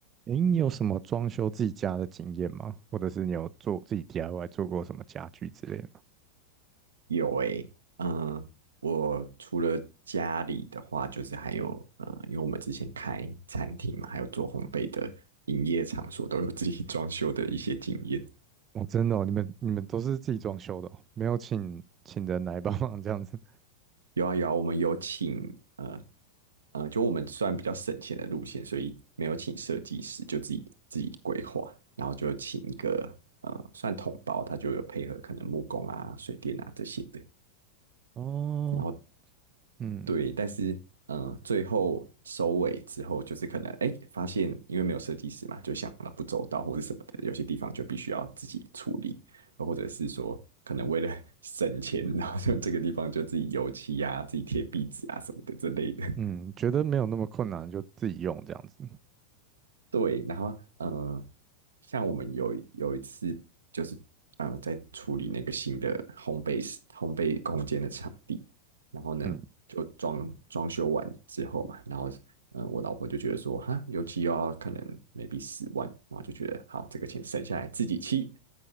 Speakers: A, on the right (about 25°); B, on the right (about 70°).
A: 诶，你有什么装修自己家的经验吗？或者是你有做自己 DIY 做过什么家具之类的吗？
B: 有诶、嗯、我除了家里的话，就是还有呃，因为我们之前开餐厅嘛，还有做烘焙的营业场所，都有自己装修的一些经验。
A: 哦，真的哦，你们你们都是自己装修的哦，没有请请人来帮忙这样子。
B: 有啊有啊，我们有请呃呃，就我们算比较省钱的路线，所以没有请设计师，就自己自己规划，然后就请一个呃算统包，他就有配合可能木工啊、水电啊这些的，
A: 哦，
B: 然后
A: 嗯
B: 对，但是呃，最后收尾之后，就是可能哎，发现因为没有设计师嘛，就想了不周到或者什么的，有些地方就必须要自己处理，呃或者是说可能为了 <laughs> 省钱，然后就这个地方就自己油漆啊、自己贴壁纸啊什么的之类的。
A: 嗯，觉得没有那么困难就自己用这样子。
B: 对，然后嗯呃像我们有一有一次就是嗯呃在处理那个新的烘焙室烘焙空间的场地，然后呢就装装修完之后嘛，
A: 嗯
B: 然后嗯呃我老婆就觉得说哈，油漆又要可能 maybe 十万，然后就觉得好这个钱省下来自己漆，